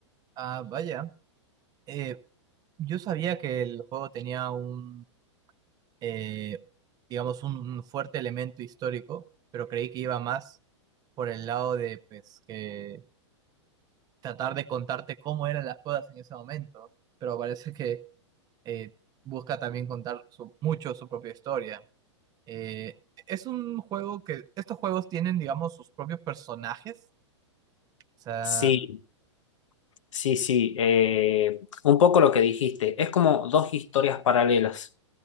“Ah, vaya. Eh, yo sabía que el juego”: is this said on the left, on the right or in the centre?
Right